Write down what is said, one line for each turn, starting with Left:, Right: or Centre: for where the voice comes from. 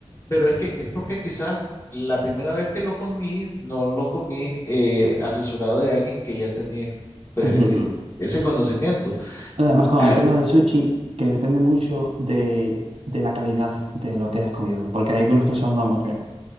Left: pero es que es porque quizás la primera vez que lo comí, no lo comí eh, asesorado de alguien que ya tenía ex- pues,
Right: <laughs>
Left: eh, ese conocimiento.
Right: Además,
Left: Mm,
Right: con
Left: a-
Right: el tema del sushi, que depende mucho de, de la calidad de lo que hayas comido. Porque hay algunos que son, vamos, que,